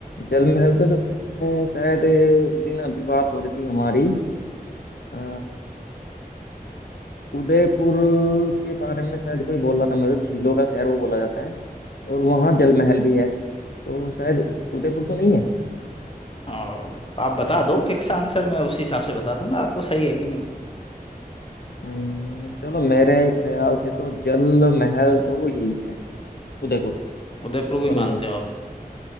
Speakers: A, on the left; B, on the left.
A: जल महल तो सर, शायद एक दिन अभी बात हो रही थी हमारी अ, उदयपुर के बारे में शायद कोई बोल रहा था मेरे को, झीलों का शहर वो बोला जाता है और वहाँ जल महल भी है तो शायद उद- उदयपुर तो नहीं है
B: अ, आप बता दो फिक्स आंसर मैं उसी हिसाब से बता दूंगा आपको सही है कि नहीं
A: हम्म, चलो मेरे ख्याल से तो जल महल तो वो यही है उदयपुर
B: उदयपुर को ही
A: करो
B: मानते
A: लोग
B: हो आप